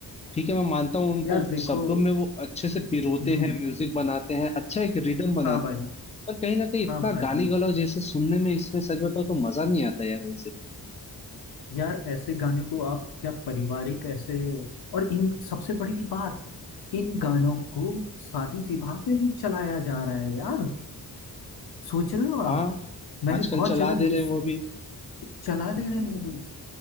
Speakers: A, on the left; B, on the left.
A: ठीक है मैं मानता हूँ उनको
B: यार देखो
A: शब्दों में वो अच्छे से पिरोते
B: हम्म
A: हैं म्यूजिक बनाते हैं अच्छा एक रिदम बनाते
B: हाँ भाई
A: हैं पर कहीं ना कहीं इतना
B: हाँ भाई
A: गाली गलौज जैसे सुनने में इसमें सच बताओ तो मजा नहीं आता यार वैसे
B: यार ऐसे गाने को आप क्या पारिवारिक ऐसे और इन सबसे बड़ी बात इन गानों को शादी विवाह में भी चलाया जा रहा है यार सोच रहे हो आप
A: हाँ
B: मैंने
A: आजकल
B: बहुत
A: चला
B: जगह देश
A: दे रहे हैं वो भी
B: चला दे रहे हैं